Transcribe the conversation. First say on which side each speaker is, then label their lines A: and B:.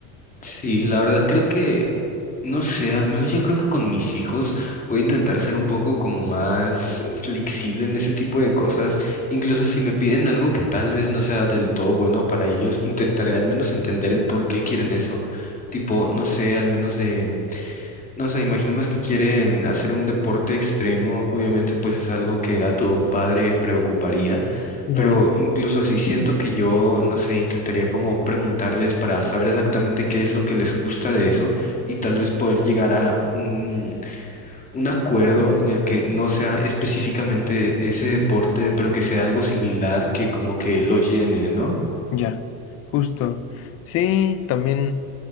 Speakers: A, on the left; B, on the left.
A: Sí, la verdad creo que, no sé, al menos yo creo que con mis hijos voy a intentar ser un poco como más flexible en ese tipo de cosas. Incluso si me piden algo que tal vez no sea del todo bueno para ellos, intentaré al menos entender el por qué quieren eso. Tipo, no sé, al menos de... No sé, imaginemos que quieren hacer un deporte extremo, obviamente pues es algo que a tu padre preocuparía,
B: Claro.
A: pero incluso así siento que yo, no sé, intentaría como preguntarles para saber exactamente qué es lo que les gusta de eso y tal vez poder llegar a un, un acuerdo en el que no sea específicamente ese deporte, pero que sea algo similar que como que lo llene, ¿no?
B: Ya, justo. Sí, también,